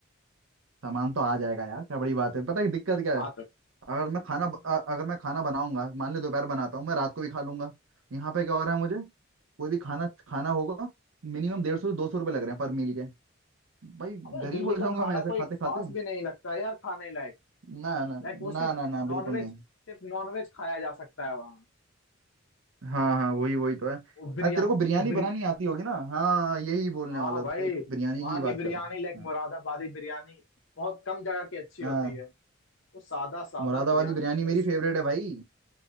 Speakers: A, on the right; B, on the left.
A: सामान तो आ जाएगा यार क्या बड़ी बात है पता है दिक्कत क्या
B: हाँ
A: है
B: तो
A: अगर मैं
B: हम्म।
A: खाना ब- अ- अगर मैं खाना बनाऊंगा मान ले दोपहर बनाता हूँ मैं रात को भी खा लूंगा यहाँ पे क्या हो रहा है मुझे कोई भी खाना खाना होगा मिनिमम डेढ़ सौ दो सौ रुपये लग रहे हैं पर मील के भाई
B: अबे
A: गरीब
B: दिल्ली
A: हो
B: का
A: जाऊंगा
B: खाना
A: मैं ऐसे
B: कोई
A: खाते
B: खास
A: खाते
B: भी नहीं लगता है यार खाने लायक
A: ना ना
B: लाइक वो सिर्फ
A: ना ना ना
B: नॉनवेज
A: बिल्कुल नहीं।
B: सिर्फ नॉनवेज खाया जा सकता है वहाँ
A: हाँ हाँ वही वही तो है अरे
B: वो बिरया
A: तेरे को बिरयानी
B: वो बिरी
A: बनानी आती होगी ना हाँ यही बोलने
B: हाँ
A: वाला
B: भाई
A: था देख बिरयानी
B: वहाँ
A: की ही बात
B: की बिरयानी
A: कर रहा हूँ
B: लाइक
A: हाँ
B: मुरादाबादी बिरयानी बहुत कम जगह की अच्छी
A: हाँ,
B: होती है वो सादा सादा
A: मुरादाबादी
B: बिरयानी
A: बिरयानी
B: कैस-
A: मेरी फेवरेट है भाई